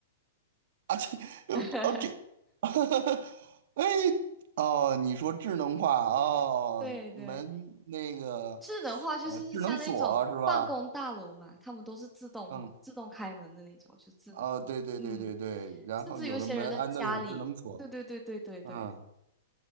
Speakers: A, on the right; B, in the centre.
A: 啊，这，呃哦，
B: <laughs>
A: 这，<laughs> 哎，哦，你说智能化哦，
B: 对对。
A: 门那个，
B: 智能化就是像那种办公大楼嘛，
A: 呃，智能锁是吧？
B: 他们都是自动化、
A: 嗯，
B: 自动开门的那种，就智能化。
A: 哦，对对对对对，
B: 嗯，
A: 然后有的门安的有智能锁，
B: 甚至有一些人的家里，对对对对对对，
A: 嗯。